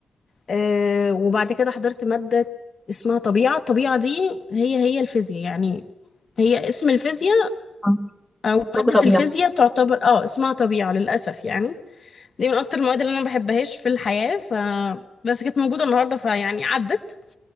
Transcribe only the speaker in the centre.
آه،
عندكم
طبيعة